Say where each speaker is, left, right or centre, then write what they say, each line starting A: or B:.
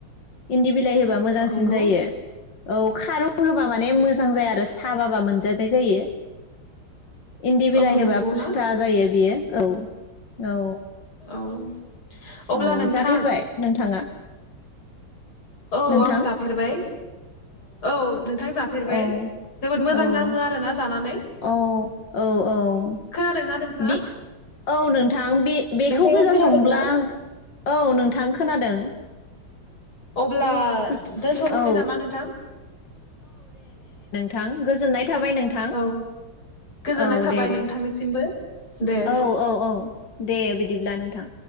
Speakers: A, on the left; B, on the left.
A: इन्दि मोजांसिन
B: नंगौ
A: जायो। औ खारौ होबा माने मोजां जाया आरो साबाबा मोनजानाय जायो। इन्दि बिलाइ
B: औ नंगौ
A: होबा फुस्था
B: ना
A: जायो बियो। औ औ
B: औ अब्ला
A: औ
B: नोंथां
A: जाफेरबाय नोंथाङा?
B: औ
A: नोंथां
B: आं जाफेरबाय औ नोंथां जाफेरबाय
A: औ
B: जोबोद मोजां
A: औ
B: नाङो आरोना जानानै
A: औ औ औ।
B: खोनादोंना नोंथाङा
A: बे औ नोंथां बे बेखौ
B: नोंथाङा
A: गोजा
B: खोनादोंना
A: संब्ला औ नोंथां खोनादों।
B: अब्ला
A: खो
B: दोनथनोसै
A: औ
B: नामा नोंथां?
A: थां गोजोननाय थाबाय नोंथां
B: औ गोजोननाय
A: औ
B: थाबाय
A: दे दे
B: नोंथांनिसिमबो दे
A: औ औ औ दे बिदिब्ला नोंथां।